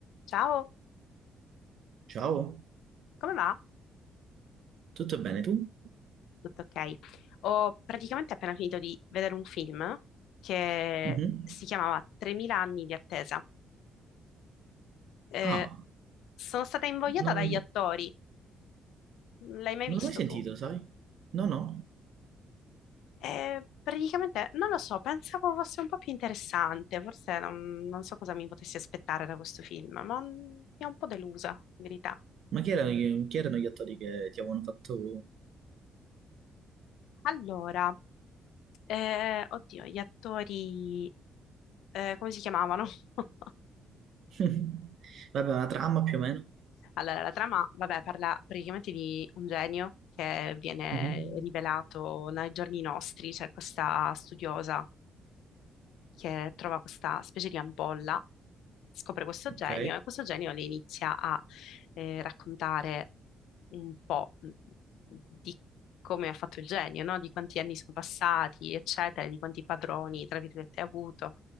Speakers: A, on the left (about 80°); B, on the right (about 70°).
A: Ciao,
B: Ciao,
A: come va?
B: tutto bene tu?
A: Tutto ok. Ho praticamente appena finito di vedere un film che
B: Mhm.
A: si chiamava 3000 anni di attesa. Eh,
B: Ah,
A: sono stata invogliata
B: non,
A: dagli attori. L'hai mai
B: non
A: visto
B: l'ho mai sentito,
A: tu?
B: sai? No, no.
A: Eh, praticamente, non lo so, pensavo fosse un po' più interessante, forse non, non so cosa mi potessi aspettare da questo film, ma mm, mi ha un po' delusa, in verità.
B: Ma chi erano, gli chi erano gli attori che ti avevano fatto...
A: Allora, eh, oddio, gli attori, eh, come si chiamavano? <laughs>
B: <laughs> Vabbè, una trama più o meno.
A: Allora, la trama, vabbè, parla praticamente di un genio che viene
B: Mhm.
A: rivelato nei giorni nostri, cioè questa studiosa che trova questa specie di ampolla, scopre questo
B: Ok,
A: genio e questo genio le inizia a eh, raccontare un po' mm, di come ha fatto il genio, no? Di quanti anni sono passati, eccetera, di quanti padroni, tra virgolette, ha avuto.